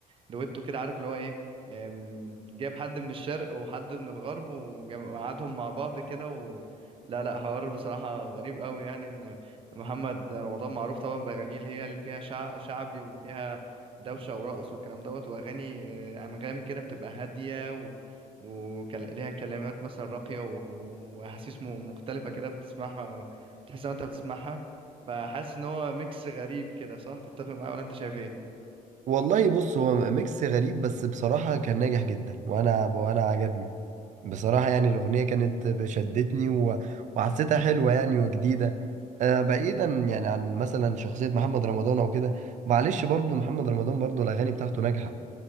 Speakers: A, on the right (about 35°); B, on the right (about 55°).
A: دويتو كده عارف اللي هو ايه آم، جايب حد من الشرق وحد من الغرب وجم- وقعدهم مع بعض كده و... لا لا حوار بصراحة غريب قوي يعني ان محمد رمضان معروف طبعا بأغانيه اللي هي اللي فيها شع... شعبي وفيها دوشة ورقص والكلام دوت وأغاني آه، أنغام كده بتبقى هادية و... وليها كلمات مثلا راقية و... وأحاسيس م- مختلفة كده بتسمعها تحس إن أنت بتسمعها فحاسس ان هو ميكس غريب كده صح تتفق معايا ولا انت شايف ايه
B: والله بص هو ميكس غريب بس بصراحة كان ناجح جدا وأنا وأنا عجبني بصراحة يعني الأغنية كانت شدتني و... وحسيتها حلوة يعني وجديدة آه بعيدا يعني عن مثلا شخصية محمد رمضان أو كده معلش برضو محمد رمضان برضو الأغاني بتاعته ناجحة